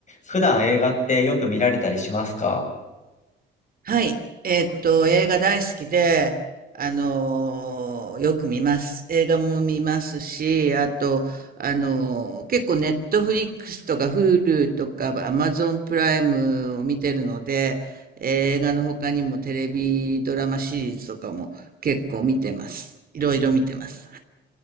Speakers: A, on the left (about 35°); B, on the right (about 50°).
A: 普段映画ってよく見られたりしますか
B: はい。えーっと、映画大好きで、あのーよく見ます。映画も見ますし、あと、あのー結構ネットフリックスとか Hulu とか Amazon プライムを見てるので、映画の他にもテレビドラマシリーズとかも結構見てます。いろいろ見てます。